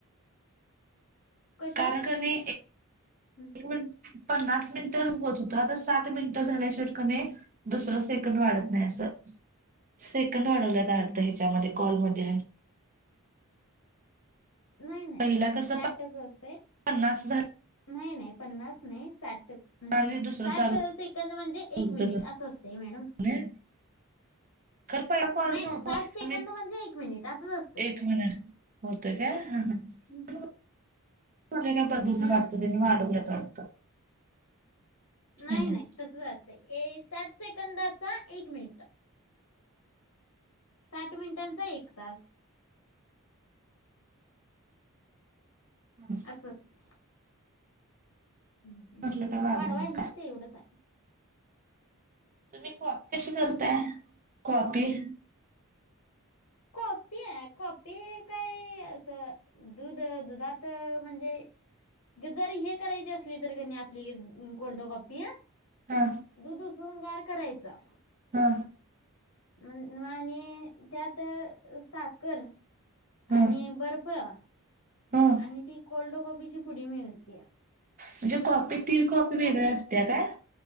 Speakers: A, on the left; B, on the right.
A: कशात
B: कारण कणी
A: हम्म.
B: <unintelligible> पन्नास मिनिटं होत होतं. आता साठ मिनिटं झाल्या शिवाय कणी. दुसरं सेकंद वाढत नाही असं, सेकंद वाढवल्यात वाटतं हेच्यामध्ये कॉलमध्ये आणि.
A: नाही नाही
B: पहिला कसं
A: साठच असते.
B: पन्नास झा
A: नाही नाही पन्नास नाही साठच. म्हणजे
B: आणि दुसरं
A: साठं
B: चालू
A: सेकंद म्हणजे,
B: होत
A: एक मिनिट
B: होतं
A: असतंय मॅडम.
B: कने खरं पहिला कॉल
A: नाही
B: नव्हता
A: साठ सेकंद म्हणजे, एक मिनिट असंच असतंय.
B: एक मिनिट होतंय काय हा हा.
A: हं.
B: <unintelligible> त्यांनी
A: हं.
B: वाढवल्यात वाटतं.
A: नाही
B: हम्म
A: नाही
B: हम्म.
A: तसंच असतंय, साठ सेकंदाचा एक मिनिट. साठ मिनिटांचा एक तास.
B: हम्.
A: अस असते. हम हम.
B: म्हटलं काय वाढवलं
A: वाढवाय नाही
B: काय
A: तेवढंच हाय.
B: तुम्ही कॉपी कशी करताय कॉपी.
A: कॉपीय कॉपी काय असं. दूध दुधात म्हणजे, जर हे करायची असली तर कणी, आपली कोल्ड कॉपी.
B: हा.
A: दुध उसळून गार करायचा.
B: हा.
A: मन आणि त्यात साखर
B: हा
A: आणि बर्फ आणि
B: हा
A: ती कोल्ड कॉपीची पुडी मिळत्या.
B: म्हणजे कॉपी ती कॉपी वेगळ्या असत्या काय?